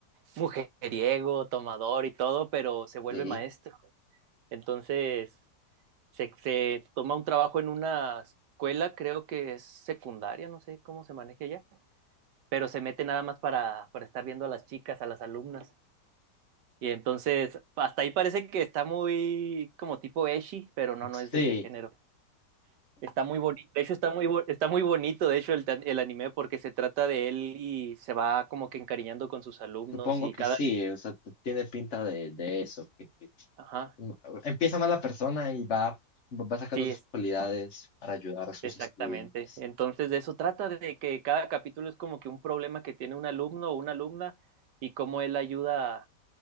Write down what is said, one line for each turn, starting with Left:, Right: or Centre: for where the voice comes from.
Right: mujeriego, tomador y todo, pero se vuelve
Left: Sí,
Right: maestro. Entonces, se, se toma un trabajo en una escuela, creo que es secundaria, no sé cómo se maneja ya, pero se mete nada más para, para estar viendo a las chicas, a las alumnas. Y entonces, hasta ahí parece que está muy como tipo ecchi, pero no, no
Left: sí,
Right: es de ese género. Está muy bonito, de hecho está muy, bo- está muy bonito, de hecho, el, tan- el anime porque se trata de él y se va como que encariñando con sus alumnos
Left: supongo
Right: y
Left: que
Right: cada...
Left: sí, o sea, t- tiene pinta de, de eso, que, que
Right: Ajá,
Left: mm, empieza mal la persona y va, va sacando
Right: sí,
Left: sus cualidades para ayudar a sus
Right: Exactamente.
Left: estudiantes.
Right: Entonces, de eso trata, de que cada capítulo es como que un problema que tiene un alumno o una alumna y cómo él ayuda